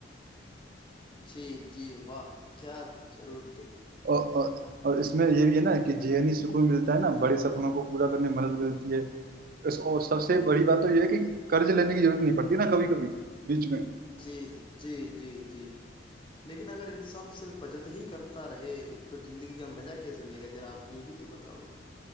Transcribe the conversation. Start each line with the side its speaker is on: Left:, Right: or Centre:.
Left: جی جی واہ کیا ضرور
Right: ا ا اور اس میں یہ بھی ہے نا کہ ذہنی سکون ملتا ہے نا بڑے سپنوں کو پورا کرنے میں مدد ملتی ہے سب سے بڑی بات تو یہ ہے کہ قرض لینے کی ضرورت نہیں پڑتی نا کبھی کبھی بیچ میں
Left: جی جی جی جی لیکن اگر انسان صرف بچت ہی کرتا رہے تو زندگی کا مزہ کیسے لے گا ذرا آپ یہ بھی تو بتاؤ